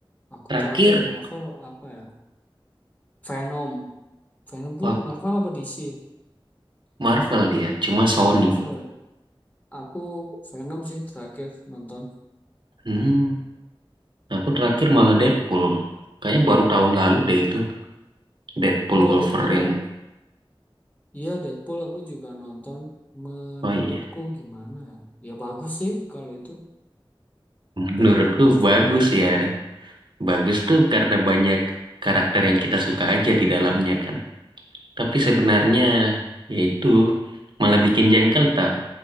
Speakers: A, on the left (about 15°); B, on the right (about 60°).
A: Aku
B: Terakhir
A: terakhir Marvel apa ya? Venom. Venom tuh
B: wak-
A: Marvel apa DC?
B: Marvel dia, cuma Sony.
A: Marvel. ya? Aku Venom sih terakhir nonton.
B: Hmm, aku terakhir malah Deadpool. Kayaknya baru tahun lalu deh itu Deadpool
A: Oh
B: Wolverine.
A: Deadpool ya. Iya Deadpool aku juga nonton. Menurutku
B: Oh iya,
A: gimana ya? Ya bagus sih kalau itu
B: menurutku
A: daripada
B: bagus
A: Venom.
B: ya. Bagus tuh karena banyak karakter yang kita suka aja di dalamnya kan. Tapi sebenarnya yaitu malah bikin jengkel tau,